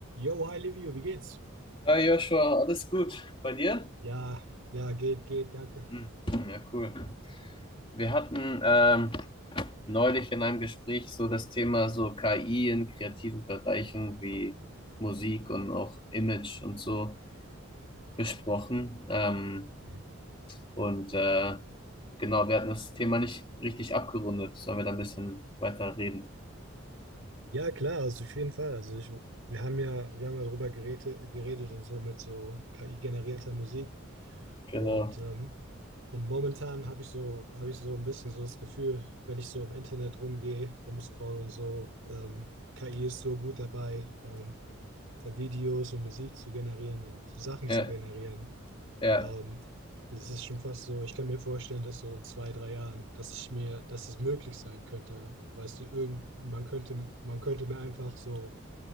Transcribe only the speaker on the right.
Yo, hi Livio, wie geht's?
Ja, ja, geht, geht, danke.
Mhm.
Ja, klar, also auf jeden Fall. Also ich, wir haben ja, wir haben ja darüber geredet, geredet und so mit so KI-generierter Musik.
Und, ähm, und momentan habe ich so, habe ich so ein bisschen so das Gefühl, wenn ich so im Internet rumgehe, rumscroll und so, ähm, KI ist so gut dabei, ähm, Videos und Musik zu generieren und Sachen
zu generieren.
Ähm, es ist schon fast so, ich kann mir vorstellen, dass so in zwei, drei Jahren, dass ich mir, dass es möglich sein könnte. Weißt du, irgend, man könnte, man könnte mir einfach so